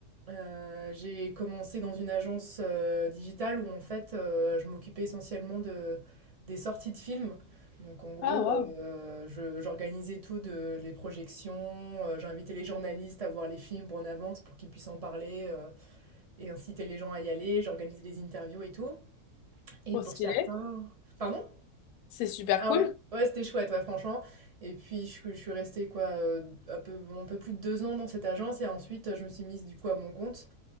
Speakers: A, on the right (about 30°); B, on the left (about 75°).
A: Heu, j'ai commencé dans une agence, heu, digitale où en fait, heu, je m'occupais essentiellement de des sorties de films. Donc en gros,
B: Ah waouh,
A: heu, je j'organisais tout de les projections, heu, j'invitais les journalistes à voir les films en avance pour qu'ils puissent en parler, heu et inciter les gens à y aller. J'organisais des interviews et tout et
B: trop
A: pour
B: stylé.
A: certains pardon?
B: C'est super
A: Ah
B: cool.
A: ouais? Ouais, c'était chouette, ouais, franchement. Et puis, je, suis je suis restée, quoi, euh, un peu, un peu plus de deux ans dans cette agence. Et ensuite, je me suis mise, du coup, à mon compte.